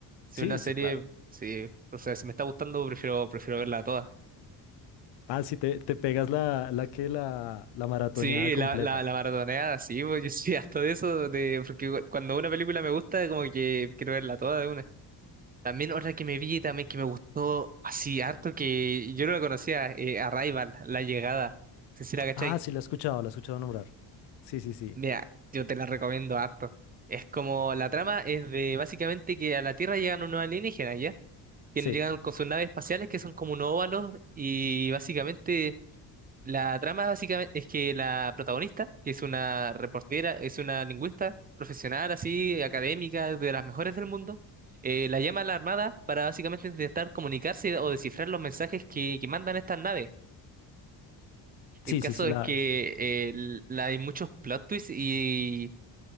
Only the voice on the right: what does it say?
Si
una serie,
sí, o sea, si me está gustando, prefiero, prefiero verla toda.
Sí,
la, la, la maratoneada, sí, pues, yo soy <laughs> harto de eso, de, porque igual cuando una película me gusta, como que quiero verla toda de una. También otra que me vi, también que me gustó así harto, que yo no la conocía, eh, Arrival, La Llegada. No sé si la cachai.
Mira, yo te la recomiendo harto. Es como, la trama es de básicamente que a la Tierra llegan unos alienígenas, ¿ya? Que
llegan con sus naves espaciales que son como unos óvalos y básicamente La trama básicamente es que la protagonista, que es una reportera, es una lingüista profesional, así, académica, de las mejores del mundo, eh, la llama a la Armada para básicamente intentar comunicarse o descifrar los mensajes que, que mandan estas naves. El
caso
es
que eh, l- la- hay muchos plot twists y,